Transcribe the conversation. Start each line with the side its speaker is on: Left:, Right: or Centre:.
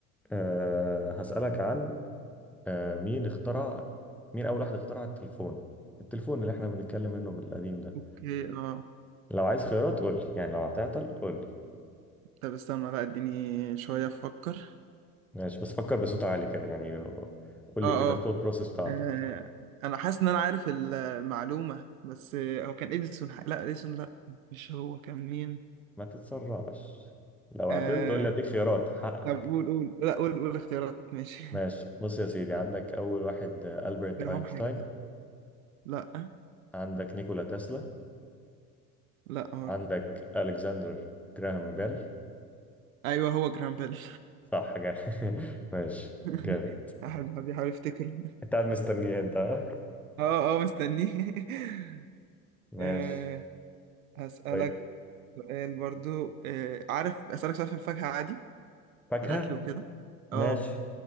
Centre: أه هسألك عن أه مين اخترع مين أول واحد اخترع التليفون التليفون اللي احنا بنتكلم منه من القديم ده
Right: اوكي اه
Centre: لو عايز خيارات قول لي يعني لو هتعطل قول لي
Right: طب استنى لا اديني شوية افكر
Centre: ماشي بس فكر بصوت عالي كده يعني قول
Right: اه
Centre: لي كده الثوت
Right: اه
Centre: بروسيس بتاعتك
Right: آه، انا حاسس ان انا عارف المعلومة بس آه، هو كان اديسون ح- لا اديسون لا مش هو كان مين
Centre: ما تتسرعش لو عطلت
Right: آه
Centre: قول لي اديك خيارات حقك
Right: طب قول قول لا قول قول اختيارات ماشي
Centre: ماشي بص يا سيدي عندك أول واحد آه،
Right: <laughs>
Centre: ألبرت
Right: جرهام
Centre: أينشتاين
Right: حاجة تانية لا
Centre: عندك نيكولا تسلا
Right: لا برضه
Centre: عندك ألكسندر جراهام بيل
Right: ايوه هو جرام بيل
Centre: صح جا <laughs> ماشي
Right: <laughs>
Centre: جامد
Right: احب بيحاول يفتكر
Centre: أنت قاعد مستنيه أنت ها؟
Right: اه اه مستنيه <laughs>
Centre: ماشي
Right: آه، هسألك
Centre: طيب
Right: سؤال برضو آه، عارف أسألك سؤال في الفاكهة عادي
Centre: فاكهة
Right: في الأكل وكده
Centre: ماشي
Right: اه